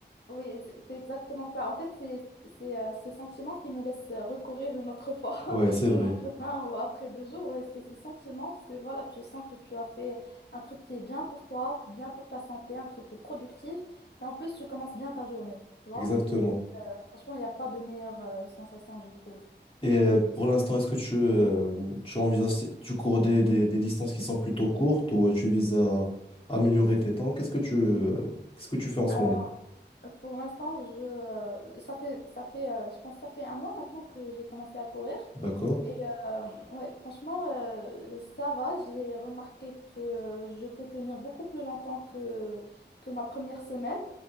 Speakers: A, on the left; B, on the left.
A: Oui, c'est c'est exactement ça. En fait, c'est c'est, euh, ce sentiment qui me laisse euh, recourir une autre fois <laughs>
B: Ouais, c'est
A: le
B: vrai.
A: lendemain ou après deux jours. Et c'est ces sentiments parce que voilà, tu sens que tu as fait un truc qui est bien pour toi, bien pour ta santé, un truc de productif. Et en plus, tu commences bien ta journée. Tu vois,
B: Exactement.
A: Euh, franchement, il n'y a pas de meilleure euh, sensation, je trouve.
B: Et euh, pour l'instant, est-ce que tu, euh, tu envisages, tu cours des, des, des distances qui sont plutôt courtes ou euh, tu vises à améliorer tes temps? Qu'est-ce que tu, euh, qu'est-ce que tu fais en ce
A: Euh,
B: moment?
A: pour l'instant, je ça fait ça fait euh, je pense que ça fait un mois maintenant que j'ai commencé à courir.
B: D'accord.
A: Et euh, ouais, franchement, euh, ça va. J'ai remarqué que euh, je peux tenir beaucoup plus longtemps que, que ma première semaine.